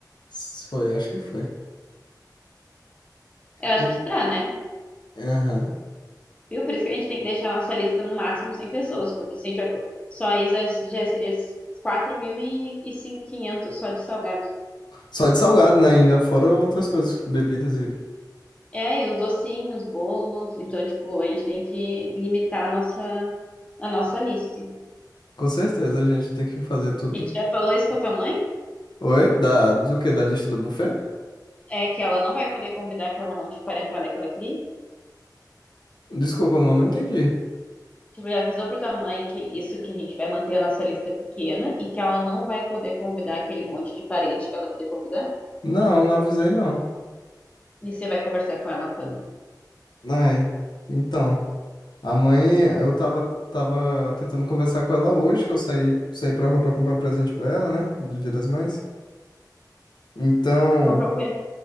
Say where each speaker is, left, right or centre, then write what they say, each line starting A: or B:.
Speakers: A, on the left; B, on the left.
A: S- Foi, acho que foi.
B: Eu acho
A: E-
B: que dá, né?
A: Aham.
B: Viu? Por isso que a gente tem que deixar a nossa lista no máximo 100 pessoas, porque se a gente ac- só isso já já seria 4.500 só de salgados.
A: Só de salgado, né? Ainda fora outras coisas, bebidas e.
B: É, e os docinhos, bolos. Então, tipo, a gente tem que limitar a nossa, a nossa lista.
A: Com certeza a gente tem que fazer tudo.
B: E gente já falou isso com a tua mãe?
A: Oi? Da... Do quê? Da lista do buffet?
B: É que ela não vai poder convidar aquela monte de parentada que ela queria?
A: Desculpa, mano, não entendi.
B: Tipo, já avisou pra tua mãe que isso que a gente vai manter a nossa lista pequena e que ela não vai poder convidar aquele monte de parente que ela queria convidar?
A: Não, não avisei, não.
B: E você vai conversar com ela quando?
A: Ai, então. A mãe, eu tava, tava tentando conversar com ela hoje, que eu saí, saí pra rua pra comprar presente pra ela, né? Do Dia das Mães. Então.
B: Comprou o quê?